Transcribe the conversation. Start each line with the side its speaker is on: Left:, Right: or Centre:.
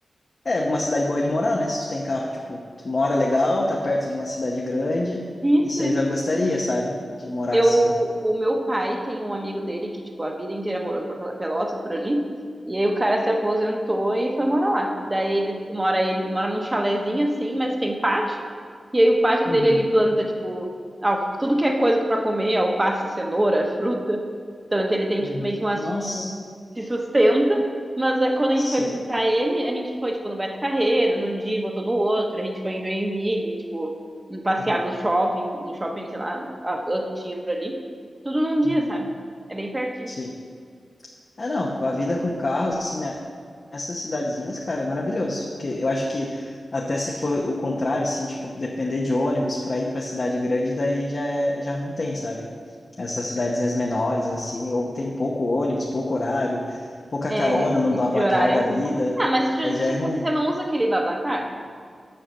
Left: É uma cidade boa é de morar, né? Se tu tem carro, tipo, tu mora legal, tá perto de uma cidade grande.
Right: Isso,
Left: Isso aí
Right: isso.
Left: eu já gostaria, sabe? De morar
Right: Eu,
Left: assim.
Right: o meu pai tem um amigo dele que, tipo, a vida inteira morou em Porto Pelotas, por ali. E aí o cara se aposentou e foi morar lá. Daí ele mora, ele mora num chalezinho assim, mas tem pátio. E aí o pátio
Left: Uhum,
Right: dele ele planta, tipo, al- tudo que é coisa pra comer, alface, cenoura, fruta. Então ele tem,
Left: uhum.
Right: tipo, meio que umas,
Left: Nossa,
Right: um, se sustenta. Mas é, quando a
Left: sim.
Right: gente foi visitar ele, a gente foi, tipo, no Beto Carreiro, num dia, e voltou no outro, a gente foi em Joinville, tipo em passear
Left: Uhum,
Right: no shopping, no shopping, sei lá, a van que tinha por ali. Tudo num dia,
Left: uhum,
Right: sabe? É bem pertinho.
Left: sim. Ah, não, com a vida com carro, assim, né? essas cidadezinhas, cara, é maravilhoso. Porque eu acho que até se for o contrário, assim, tipo, depender de ônibus para ir para cidade grande, daí já, é- já não tem, sabe? Essas cidadezinhas menores, assim, ou tem pouco ônibus, pouco horário, pouca
Right: É,
Left: carona no
Right: isso
Left: BlaBlaCar
Right: de horário
Left: da
Right: é ruim.
Left: vida,
Right: Ah, mas você
Left: aí já é ruim.
Right: não usa aquele Babacar?